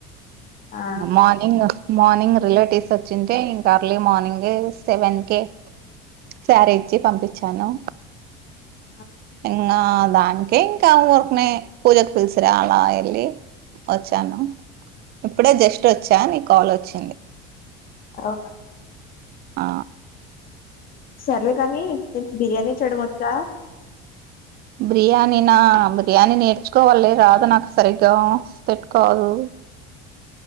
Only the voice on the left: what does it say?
ఆ
ఆ
అవునా
సర్లే కానీ నేను బిర్యానీ చేయడం వచ్చా